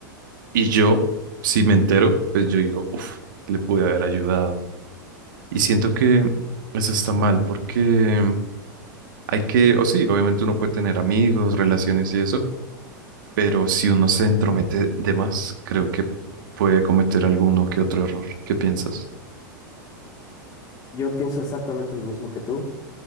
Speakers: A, on the right (about 70°); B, on the left (about 30°).
A: Y yo, si me entero, pues yo digo, uff, le pude haber ayudado. Y siento que eso está mal porque hay que, o sí, obviamente uno puede tener amigos, relaciones y eso, pero si uno se entromete de más, creo que puede cometer alguno que otro error. ¿Qué piensas?
B: Yo pienso exactamente lo mismo que tú,